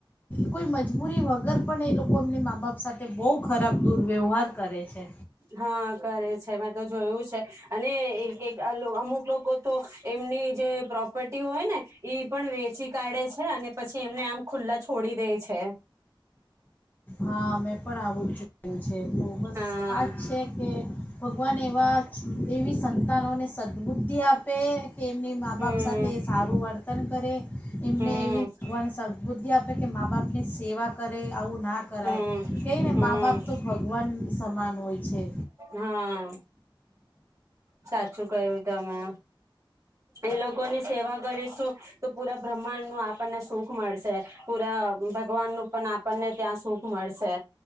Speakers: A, on the left; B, on the right.
A: કોઈ મજબૂરી વગર પણ એ લોકો એમની મા બાપ સાથે બહુ ખરાબ દુર્વ્યવહાર કરે. છે
B: હા કરે છે. મે તો જોયું છે. અને એક એક આ અમુક લોકો તો એમની જે પ્રોપર્ટી હોય, ને ઈ પણ વે પછી કાઢે છે અને પછી એમને આમ ખુલ્લા છોડી દે છે.
A: હા મેં પણ આવું છું. છે તો બસ
B: હા
A: આ જ છે કે ભગવાન એવા એવી સંતાનોને સદબુદ્ધિ આપે કે એમની મા
B: હમ
A: બાપ સાથે સારું વર્તન કરે એમને
B: હમ
A: એવી ભગવાન સ બુદ્ધિ આપ કે મા બાપ ની સેવા કરે આવું કરાય
B: હમ
A: કઈને
B: હમ
A: મા બાપ તો ભગવાન સમાન હોય. છે
B: હા. સાચું કય્યું તમે એ લોકોની સેવા કરીશું તો પુરા બ્રહ્માંડ નું આપણને સુખ મળશે પૂરા ભગવાન નું પણ આપણને ત્યાં સુખ મળશે.